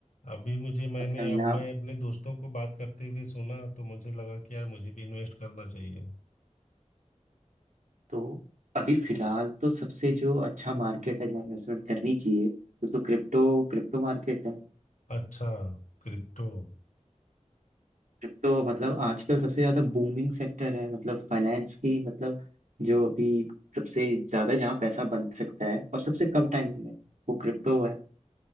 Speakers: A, on the left (about 80°); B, on the right (about 85°).
A: अभी मुझे मैंने
B: मतलब
A: अब
B: ना
A: मैं अपने दोस्तों को बात करते हुए सुना तो मुझे लगा कि यार मुझे भी इन्वेस्ट करना चाहिए
B: तो अभी फिलहाल तो सबसे जो अच्छा मार्केट है जहाँ इन्वेस्टमेंट करनी चाहिए वो तो क्रिप्टो क्रिप्टो मार्केट है
A: अच्छा क्रिप्टो
B: क्रिप्टो मतलब आजकल सबसे ज्यादा बूमिंग सेक्टर है मतलब फाइनेंस की मतलब जो अभी सबसे ज्यादा जहाँ पैसा बन सकता है और सबसे कम टाइम में वो क्रिप्टो है